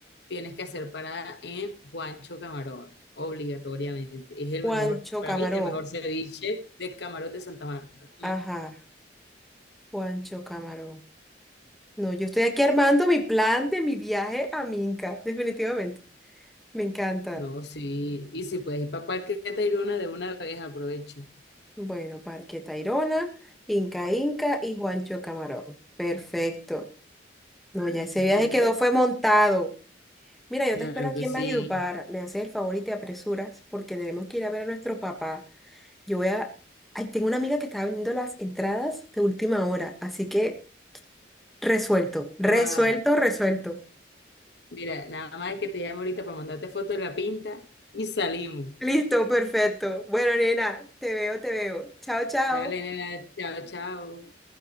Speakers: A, on the left; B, in the centre.
A: tienes que hacer parada en Juancho Camarón, obligatoriamente. Es el
B: Juancho
A: mejor, para
B: Camarón.
A: mí, el mejor ceviche de camarón de Santa Marta.
B: Ajá. Juancho Camarón. No, yo estoy aquí armando mi plan de mi viaje a Minca, definitivamente. Me encanta.
A: No, sí. Y si puedes ir para Parque Tayrona de una vez, aprovecho.
B: Bueno, Parque Tayrona, Inca Inca y Juancho Camarón. Perfecto. No,
A: Ujú,
B: ya ese viaje quedó, fue montado. Mira, yo
A: Claro
B: te espero aquí
A: que
B: en
A: sí.
B: Valledupar. Me haces el favor y te apresuras porque tenemos que ir a ver a nuestro papá. Yo voy a... Ay, tengo una amiga que está vendiendo las entradas de última hora, así que resuelto, resuelto,
A: Oa,
B: resuelto.
A: Mira, nada más que te llamo ahorita para mandarte foto de la pinta y salimos.
B: Listo, perfecto. Bueno, nena, te veo, te veo. Chao, chao.
A: Dale, nena, chao, chao.